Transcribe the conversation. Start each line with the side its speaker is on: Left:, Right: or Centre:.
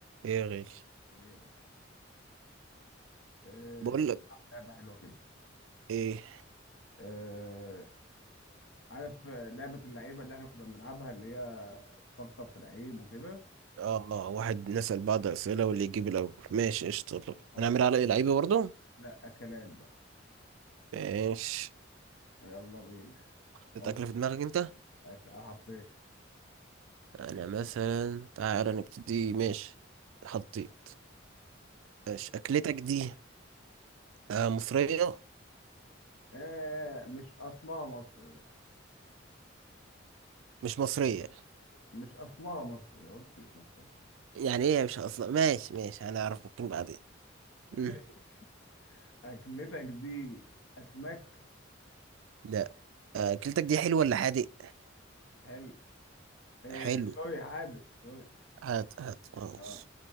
Right: ايه يا غالي
Left: ايه يا باشا آه،
Right: بقول لك
Left: تلعب لعبة حلوة كده
Right: ايه
Left: آه، عارف آه، لعبة اللعيبة اللي احنا كنا بنلعبها اللي هي تفكر في لعيب وكده
Right: اه اه واحد نسأل بعض اسئله واللي يجيب الاول ماشي قشطه يلا
Left: اه
Right: هنعمل على إيه؟ لعيبه برضه
Left: لا أكلات بقى
Right: ماشي
Left: يلا بينا
Right: حطيت
Left: حط
Right: اكله في دماغك انت
Left: أك- حطيت
Right: انا مثلا تعالى نبتدي ماشي حطيت ماشي اكلتك دي آه مصريه
Left: آه مش أصلها مصرية
Right: مش مصريه
Left: مش أصلها مصرية ما قلتش مش مصرية
Right: يعني ايه مش اصلا ماشي ماشي هنعرف ممكن بعدين
Left: <laughs>
Right: مم.
Left: أكلتك دي أسماك
Right: لا آه، اكلتك دي حلوه ولا حادق
Left: حلو آه
Right: حلو
Left: سوري حادق سوري
Right: هات هات ماشي
Left: اه